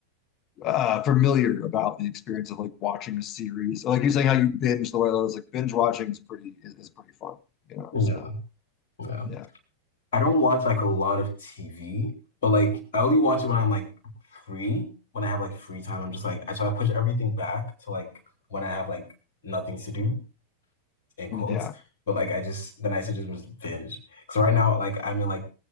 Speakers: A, on the left (about 35°); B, on the left (about 60°).
A: uh, familiar about the experience of like watching a series. So, like you're saying, how you binge the way I was like binge watching is pretty is, is pretty fun, you know.
B: Yeah.
A: So
B: Yeah.
A: yeah,
B: I don't watch like a lot of TV, but like I only watch it when I'm like free. When I have like free time, I'm just like I so I push everything back to like when I have like nothing to do in
A: yeah,
B: quotes. But like I just then I should just was binge. So right now like I'm in like